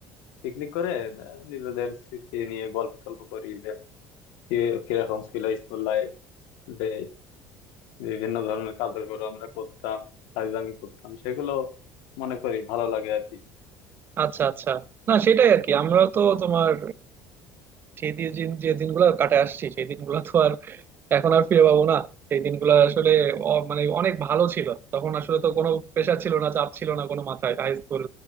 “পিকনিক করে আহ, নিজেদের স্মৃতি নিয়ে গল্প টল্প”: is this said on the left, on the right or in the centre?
Left